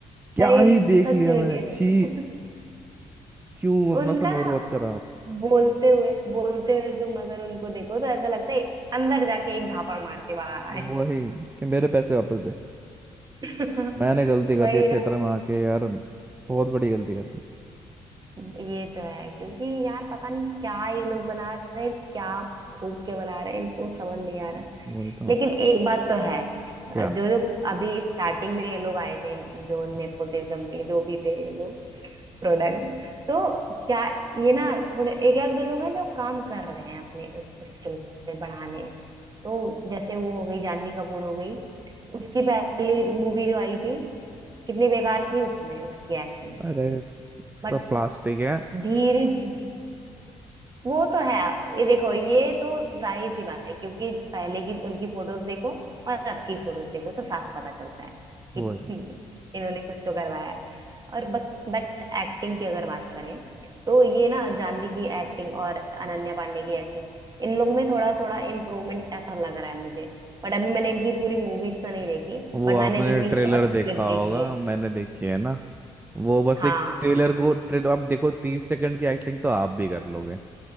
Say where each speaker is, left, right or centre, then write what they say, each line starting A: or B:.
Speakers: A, on the right (about 15°); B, on the right (about 35°).
A: क्या
B: सही
A: ही देख
B: सच
A: लिया
B: में
A: मैंने
B: कह रहे
A: छी
B: <laughs>
A: क्यों
B: उनका
A: अपना समय
B: ना
A: बर्बाद करा आप
B: बोलते हुए बोलते हुए तुम अगर उनको देखो तो ऐसा लगता है अंदर जाके एक झापड़ मार के बाहर
A: वही
B: आए
A: कि मेरे पैसे वापस दे
B: <laughs>
A: मैंने गलती कर
B: वही
A: दी थिएटर में आके यार बहुत बड़ी गलती कर दी
B: ये तो है क्योंकि यार पता नहीं क्या ये लोग बना रहे हैं, क्या फूक के बना रहे हैं इनको समझ नहीं आ रहा
A: वही तो
B: लेकिन एक बात तो है
A: क्या
B: जो जो अभी स्टार्टिंग में ये लोग आए थे जो नेपोटिज्म के जो भी थे ये लोग प्रोडक्ट तो क्या ये ना थोड़े एक एक दो लोग हैं जो काम कर रहे हैं अपने उस स्किल पे बढ़ाने में। तो जैसे वो हो गई जानवी कपूर हो गई उसकी पहली मूवी जो आई थी कितनी बेकार थी उसमें उसकी एक्टिंग
A: अरे स-
B: बट
A: सब प्लास्टिक है
B: धीरे धीरे वो तो है ये देखो ये तो जाहिर सी बात है क्योंकि पहले की उनकी फोटोज देखो और अब की फोटोज देखो तो साफ पता चलता है
A: वही
B: कि <laughs> इन्होंने कुछ तो करवाया है और बट एक्टिंग की अगर बात करें तो ये ना जाह्नवी की एक्टिंग और अनन्या पांडे की एक्टिंग इन लोग में थोड़ा थोड़ा इम्प्रूवमेंट ऐसा लग रहा है मुझे बट अभी मैंने इनकी पूरी मूवीज तो नहीं देखी
A: वो
B: बट
A: आपने
B: मैंने जितनी
A: ट्रेलर
B: शॉर्ट
A: देखा
B: क्लिप देखी
A: होगा
B: है
A: मैंने देखी है ना वो बस
B: हाँ
A: एक ट्रेलर को ट्रेलर आप देखो तीस सेकंड की एक्टिंग तो आप भी कर लोगे